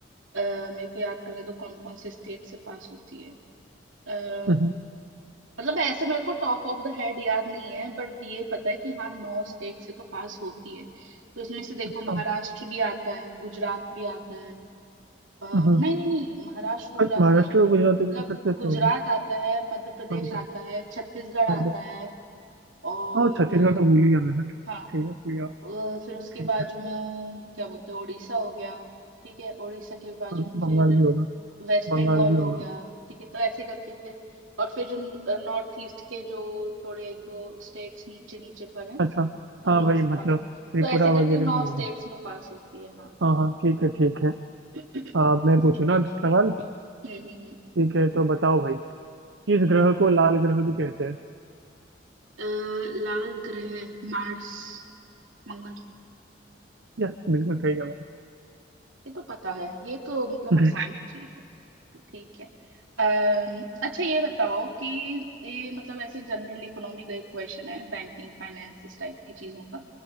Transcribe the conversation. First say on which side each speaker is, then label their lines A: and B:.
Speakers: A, on the right; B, on the right.
A: अ, मेरे को याद करने दो कौन कौन से स्टेट से पास होती है अ,
B: हम्म,
A: मतलब ऐसे मेरे को टॉप ऑफ द हेड याद नहीं है बट ये पता है कि हाँ नौ स्टेट से तो पास होती है तो इसमें से देखो
B: अच्छा
A: महाराष्ट्र भी आता है गुजरात भी आता है अ, नहीं
B: हम्म
A: नहीं नहीं महाराष्ट्र गुजरात
B: हट महाराष्ट्र
A: नहीं आता
B: और
A: है
B: गुजरात
A: मतलब
B: के बीच सबसे तो
A: गुजरात
B: होगा
A: आता है मध्य प्रदेश
B: One two
A: आता है छत्तीसगढ़
B: One
A: आता
B: two
A: है और
B: और छत्तीसगढ़
A: अ,
B: तो भूल ही गया मैं हट ठीक
A: हाँ
B: है भैया
A: अ, फिर उसके
B: ठीक
A: बाजू
B: है
A: में अ, क्या बोलते हैं उड़ीसा हो गया ठीक है उड़ीसा के बाजू
B: और
A: में
B: बंगाल
A: फिर
B: भी होगा
A: वेस्ट
B: बंगाल
A: बंगाल
B: भी होगा
A: हो गया ठीक है तो ऐसे करके फिर और फिर जो नॉर्थ ईस्ट के जो थोड़े एक दो स्टेट्स नीचे नीचे पर हैं
B: अच्छा हाँ
A: उनमें
B: भाई
A: से
B: मतलब
A: पास
B: त्रिपुरा
A: तो ऐसे करके
B: वगैरह
A: नौ
B: भी होगा
A: स्टेट्स में पास होती है हाँ
B: हाँ हाँ ठीक है ठीक है
A: <clears throat> हम्म
B: आ, मैं पूछूँ ना अब सवाल
A: हम्म हम्म
B: ठीक है तो बताओ भाई किस ग्रह को लाल ग्रह भी कहते हैं
A: अ, लाल ग्रह मार्स मंगल
B: यस बिल्कुल सही जवाब
A: ये तो पता है ये तो मतलब
B: <laughs> हम्म,
A: आसान चीज है ठीक है अम्म अच्छा ये बताओ कि ये मतलब ऐसे जनरल इकोनॉमी का एक क्वेश्चन है बैंकिंग फाइनेंस इस टाइप की चीजों का